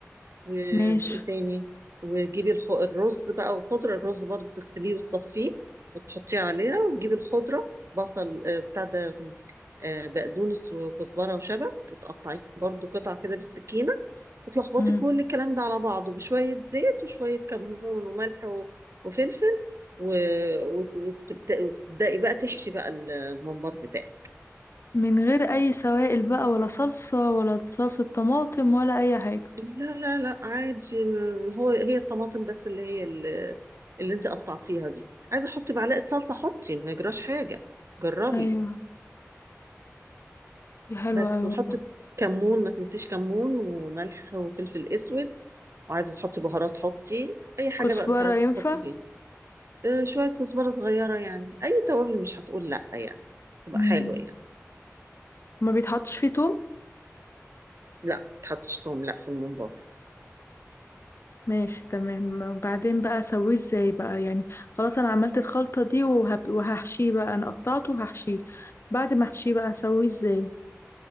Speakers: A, on the right; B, on the left.
A: و-
B: ماشي
A: وايه تاني وتجيبي الخ- الرز بقى والخضرة الرز برضه تغسليه وتصفيه وتحطيه عليها وتجيبي الخضرة بصل آه، بتاع ده آه، بقدونس وكزبرة وشبت تقطعيه برضه قطع كده بالسكينة وتلخبطي
B: امم
A: كل الكلام ده على بعضه بشوية زيت وشوية كمون وملح و- وفلفل و- وت- وتبت- وتبدأي بقى تحشي بقى الممبار بتاعك
B: من غير اي سوائل بقى ولا صلصة ولا صلصة طماطم ولا اي حاجة
A: لا لا لا عادي م- هو هي الطماطم بس اللي هي اللي, اللي انت قطعتيها دي عايزه احط معلقه صلصه حطي ما يجراش حاجه جربي
B: ايوه دي حلوة
A: بس
B: اوي
A: وحطي
B: والله
A: كمون ما تنسيش كمون وملح وفلفل اسود وعايزه تحطي بهارات حطي اي حاجه
B: كزبرة
A: بقى انت عايزه
B: ينفع
A: تحطي فيها اه، شويه كزبره صغيره يعني اي توابل مش هتقول لا يعني تبقى
B: امم
A: حلوه يعني
B: ما بيتحطش فيه توم
A: لا ما تحطش توم لا في الممبار
B: ماشي تمام وبعدين بقى اسويه ازاي بقى يعني خلاص انا عملت الخلطة دي وهب... وهحشيه بقى انا قطعته وهحشيه بعد ما احشيه بقى اسويه ازاي